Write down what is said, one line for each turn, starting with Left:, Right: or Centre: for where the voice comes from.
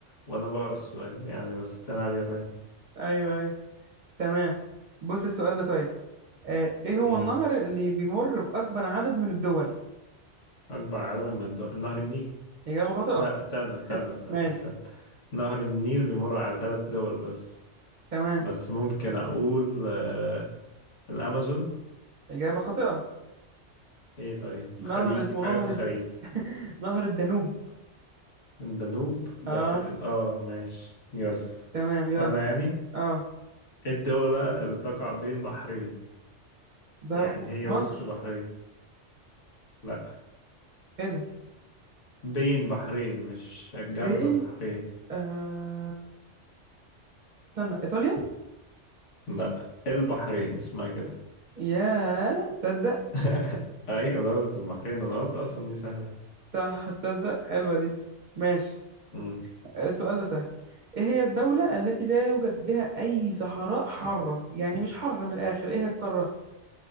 Left: وأنا بقرا السؤال يعني بس طلع اليابان
Right: <laughs> أيوه أيوه تمام بص السؤال ده طيب آه، ايه هو
Left: امم
Right: النهر اللي بيمر بأكبر عدد من الدول؟
Left: أكبر عدد من دول نهر النيل
Right: إجابة خاطئة
Left: لا استنى استنى استنى
Right: ماشي
Left: استنى نهر النيل بيمر على ثلاث دول بس
Right: تمام
Left: بس ممكن اقول آه، الامازون
Right: إجابة خاطئة
Left: ايه طيب الخليج
Right: نهر اسمه
Left: حاجة
Right: نهر
Left: في الخليج
Right: الد... <laughs> نهر الدانوب
Left: الدانوب
Right: اه
Left: ده في اه ماشي يلا
Right: تمام يلا
Left: انا يعني
Right: اه
Left: الدولة اللي تقع بين بحرين
Right: ده
Left: يعني هي وسط
Right: مصر
Left: بحرين لا
Right: ايه ده
Left: بين بحرين مش جنب
Right: بين
Left: بحرين
Right: آه... استنى إيطاليا
Left: لا البحرين اسمها كده
Right: يا تصدق
Left: <laughs> ايوه دولة البحرين انا قلت اصلا دي سهلة
Right: صح تصدق حلوة دي ماشي
Left: مم.
Right: السؤال ده سهل ايه هي الدولة التي لا يوجد بها أي صحراء حارة يعني مش حر من الآخر ايه هي القارة